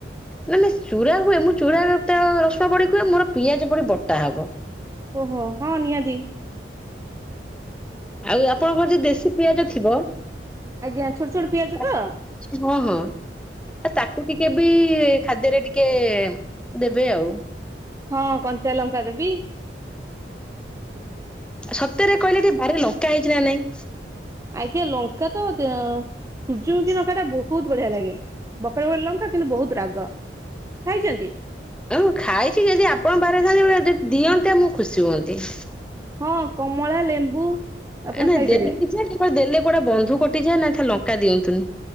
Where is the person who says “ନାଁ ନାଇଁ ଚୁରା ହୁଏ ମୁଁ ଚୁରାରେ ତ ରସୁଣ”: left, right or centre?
Centre